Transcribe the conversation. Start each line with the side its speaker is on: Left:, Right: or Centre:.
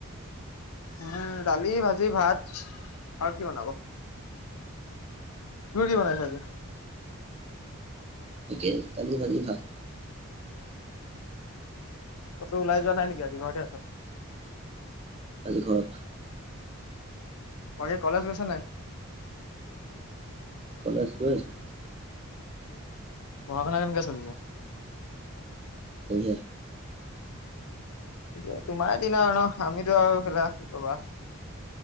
Left: উম, দালি, ভাজি, ভাত আৰু কি বনাব। তোৰ কি বনাইছ এতিয়া?
Right: একে দালি ভাজি ভাত।
Left: ক'তো ওলাই যোৱা নাই নেকি আজি ঘৰতে আছ?
Right: আজি ঘৰত।
Left: বাকী কলেজ গৈছা নাই?
Right: কলেজ গৈ আছো।
Left: পঢ়া শুনা কেনেকুৱা চলিছে।
Right: বঢ়িয়া।
Left: ঠিকে তোমাৰ দিন আৰু ন', আমিতো আৰু <unintelligible> কি ক'বা।